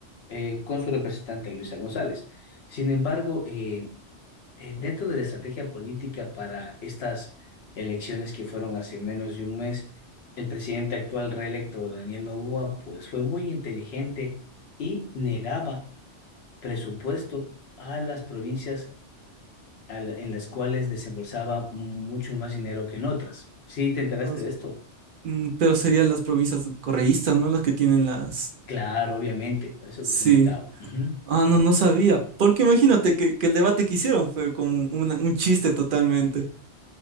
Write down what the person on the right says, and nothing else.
Vamos.
Mm, pero serían las provincias correístas, ¿no? Las que tienen las...
Sí.
Ah, no, no sabía. Porque imagínate que, que el debate que hicieron fue como un, un chiste totalmente,